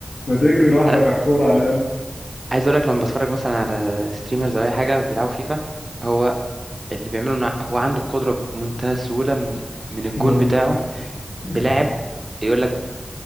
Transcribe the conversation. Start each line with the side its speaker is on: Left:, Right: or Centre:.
Left: ما تجري لوحدك
Right: انا
Left: على الكوره على الاقل
Right: عايز اقول لك لما بتفرج مثلا على ستريمرز او اي حاجه بيلعبوا فيفا هو اللي بيعمله إن هو عنده قدره بمنتهى السهوله من من الجون
Left: انه
Right: بتاعه
Left: يعدي <laughs>
Right: بلاعب يقول لك